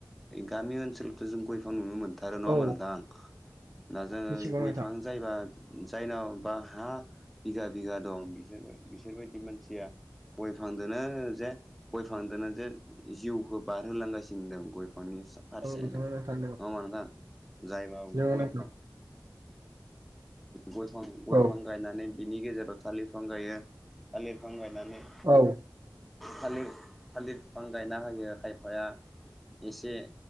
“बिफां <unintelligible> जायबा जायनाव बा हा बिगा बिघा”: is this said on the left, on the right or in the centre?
Centre